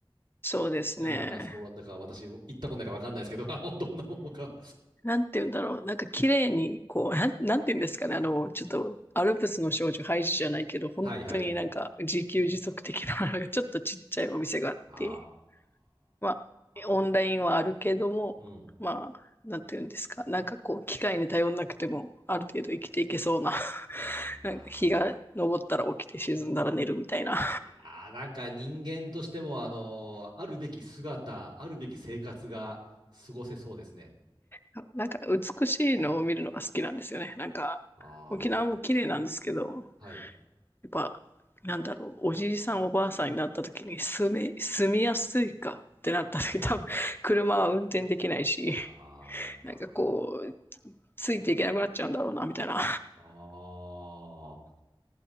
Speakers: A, on the left (about 25°); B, on the right (about 55°).
A: そうですね。
B: 南フランスかオランダか、私も行ったことないから分かんないですけど、<laughs> あの、どんなものか。
A: なんて言うんだろう。なんか綺麗に、こう、<laughs> なん、なんて言うんですかね。あの、ちょっと、アルプスの少女ハイジじゃないけど、本当になんか自給自足的な、
B: はいはい。
A: <laughs> ちょっとちっちゃいお店があって、
B: あ
A: まあ、オンラインはあるけども、
B: あ。うん。
A: まあ、なんて言うんですか。なんかこう、機械に頼んなくても、ある程度生きていけそうな、<laughs>
B: あー
A: なんか日が昇ったら起きて沈んだら寝るみたいな。
B: あー。なんか人間としても、あの、あるべき姿、あるべき生活が過ごせそうですね。
A: <laughs> なんか美しいのを見るのが好きなんですよね。なんか、
B: あ
A: 沖縄も綺麗なんですけど、
B: あ、はい。
A: やっぱ、なんだろう、おじいさんおばあさんになった時に住め、住みやすいかってなった時多分車は運転できないし、
B: うん。ああ、
A: なんかこう、ついていけなくなっちゃうんだろうな、みたいな。
B: ああ、